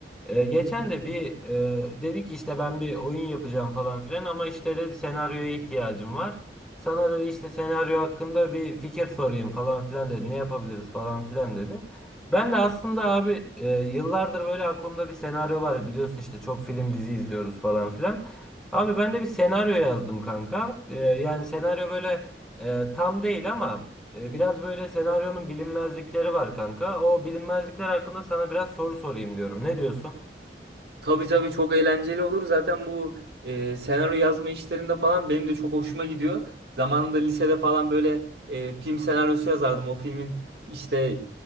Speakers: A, in the centre; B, on the right.
A: E, geçen
B: Hı hı.
A: de bir e, dedi ki işte ben bir oyun yapacağım falan filan ama işte dedi senaryoya ihtiyacım var. Sana dedi işte senaryo hakkında bir fikir sorayım falan filan dedi. Ne yapabiliriz falan filan dedi. Ben de aslında abi e, yıllardır böyle aklımda bir senaryo var. Biliyorsun işte çok film dizi izliyoruz falan filan. Abi ben de bir senaryo yazdım kanka. E, yani senaryo böyle e, tam değil ama e, biraz böyle senaryonun bilinmezlikleri var kanka. O bilinmezlikler hakkında sana biraz soru sorayım diyorum. Ne diyorsun?
B: Tabii tabii çok eğlenceli olur. Zaten bu e, senaryo yazma işlerinde falan benim de çok hoşuma gidiyor. Zamanında lisede falan böyle e, film senaryosu yazardım. O filmin işte